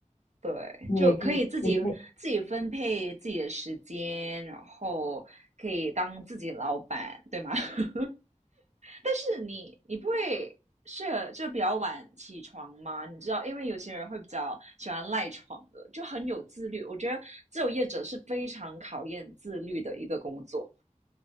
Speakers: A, on the right; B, on the left.
A: 对，
B: 你也可以，
A: 就可以自己自己分配自己的时间，
B: 你可以
A: 然后可以当自己的老板，对吗？<laughs> 但是你你不会是就比较晚起床吗？你知道，因为有些人会比较喜欢赖床的，就很有自律。我觉得自由业者是非常考验自律的一个工作，